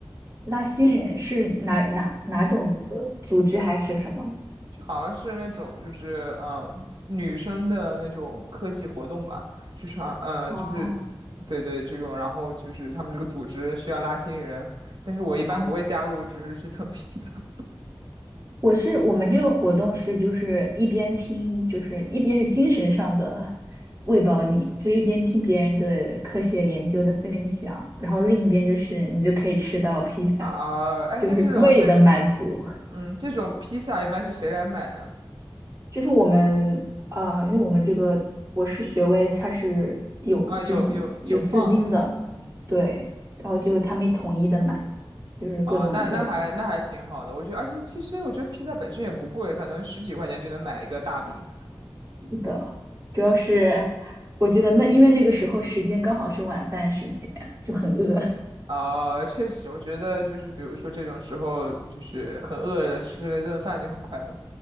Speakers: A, on the right; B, on the right.
A: 拉新人是哪哪哪种的组织还是什么吗
B: <laughs> 就好像是那种，就是嗯、呃女生的那种科技活动吧，就是好呃，
A: 哦
B: 就是对对这种，然后就是他们这个组织需要拉新人，但是我一般不会加入，
A: 哦，
B: 只是去蹭披萨
A: 我是我们这个活动是就是一边听，就是一边是精神上的喂饱你，就是一边听别人的科学研究的分享，然后另一边就是你就可以吃到披萨，
B: <laughs> 啊、哎，
A: 就是胃的满足。
B: 那这种这嗯，这种披萨一般是谁来买呢？
A: 就是我们啊，因为我们这个博士学位它是有基金有资金的，
B: 啊，有有有放子嗯，
A: 对，然后就他们统一的买，就是各种就是
B: 啊，那那还那还挺好的，我觉得，而且其实我觉得披萨本身也不贵，可能十几块钱就能买一个大饼
A: 的，主要是我觉得那因为那个时候时间刚好是晚饭时间，就很饿，<laughs>
B: 啊，确实，我觉得就是比如说这种时候，就是很饿了，吃了一顿饭就很快乐。